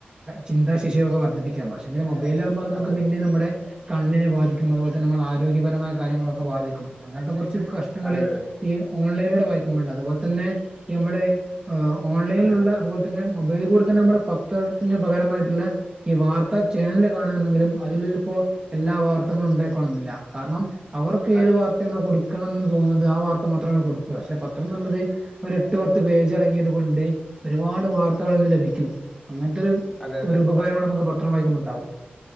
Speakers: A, on the right; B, in the centre.
A: ചിന്താശിശയൊക്ക വർധിപ്പിക്കാം പക്ഷെെ മെയിലാകുമ്പോ നമുക്ക്
B: അതെ
A: പിന്നെ
B: അതെ
A: നമ്മുടെ കണ്ണിനെ ബാധും അതുപോലെ തന്നെ നമ്മ ആരോഗ്യപരമായ കാര്യങ്ങളൊക്കെ ബാധിക്കും അങ്ങനത്തെ കുറച്ച് കു കഷ്ടണങ്ങള്
B: അതെ
A: ഈ ഓൺലൈനിലൂടെ വായിക്കുമ്പോഴണ്ട് അതുപോലെ തന്നെ നമ്മള് ഓൺലൈനിലുള്ള
B: അതെ
A: അതുപോലെ തന്നെൊബൈൽൂ ഇ നമ്മള് പത്രത്തിന്റെ പകരമായിട്ടുള്ള ഈ വാർത്താ ചാനല് കാണയാണെങ്കിലും അതില ഇപ്പോ എല്ലാ വാർത്തകളും ഉണ്ടായിക്കോവാണെന്നില്ല കാരണം അവർക്ക്
B: അതെ
A: ഏത് വാർത്തയാണോ കൊടു നിക്കണെന്ന് തോന്നുന്നത് ആ വാർത്ത മാത്രമാണ് കൊക്കും കുശേ പത്രം എന്നുള്ളത് ഒരു എട്ട് പത്ത് പേജ് ഇറങ്ങിയത് കൊണ്ട് ഒരുപാട് വാർത്തകൾ ഇന്ന് ലഭിക്കും അങ്ങനത്തെ ഒരു
B: അതെ അതെ
A: ഒരു ഉപകാരം കൂടെ നമുക്ക് പത്രം വൈക്കുമ്പോ ഉണ്ടാവും